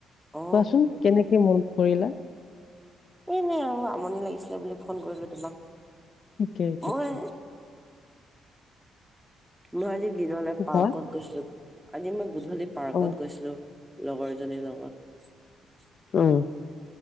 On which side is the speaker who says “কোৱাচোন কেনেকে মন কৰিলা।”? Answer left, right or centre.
Left